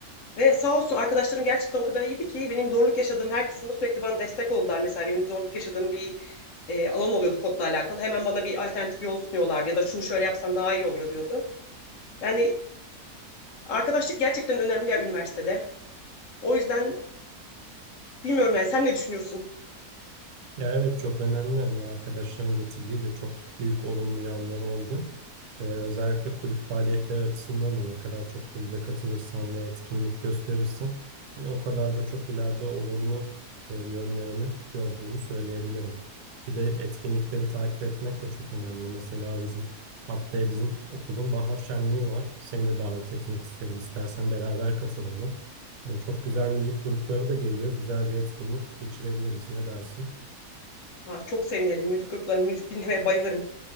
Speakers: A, on the left; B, on the right.
A: Ve sağ olsun arkadaşlarım gerçekten o kadar iyiydi ki benim zorluk yaşadığım her kısımda sürekli bana destek oldular. Mesela benim zorluk yaşadığım bir e, alan oluyordu kodla alakalı. Hemen bana bir alternatif yol sunuyorlardı ya da şunu şöyle yapsan daha iyi oluyor diyordu. Yani Arkadaşlık gerçekten önemli ya üniversitede. O yüzden bilmiyorum yani sen ne düşünüyorsun?
B: Ya evet çok önemli. Hani arkadaşların getirdiği de çok büyük olumlu yanları oldu. Ee, özellikle kulüp faaliyetleri açısından da ne kadar çok kulübe katılırsan ve etkinlik gösterirsen hani o kadar da çok ileride olumlu e, yönlerini gördüğümü söyleyebilirim. Bir de etkinlikleri takip etmek de çok önemli. Mesela bizim haftaya bizim okulun bahar şenliği var. Seni de davet etmek isterim. İstersen beraber katılalım. Yani çok güzel müzik grupları da geliyor. Güzel bir etkinlik geçirebiliriz. Ne dersin?
A: Ha, çok sevinirim. Müzik grupları, müzik dinlemeye bayılırım.